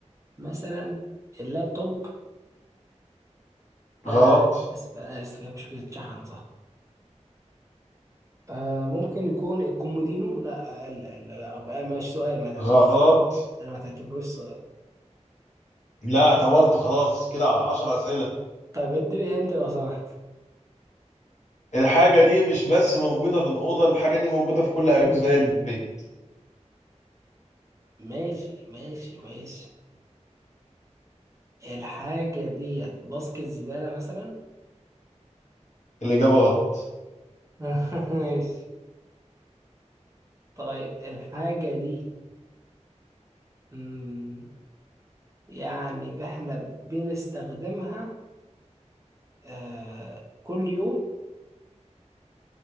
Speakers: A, on the right; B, on the left.
A: مثلا اللابتوب لا
B: غلط
A: لا لا اسف انا اسف هي مش بتتشحن صح آه ممكن يكون الكومودينو لا اقل لا لا لا، آه، مش سؤال ما تعتبروش
B: غلط
A: انا ما تعتبروش سؤال
B: لا اعتبرته خلاص كده 10 اسئله
A: طيب اديني انت لو سمحت
B: الحاجة دي مش بس موجودة في الأوضة الحاجة دي موجودة في كل أجزاء البيت
A: ماشي ماشي ماشي الحاجة ديت باسكت زبالة مثلا
B: الإجابة غلط
A: <laughs> ماشي طيب الحاجة دي مم، يعني ب- احنا بنستخدمها آه كل يوم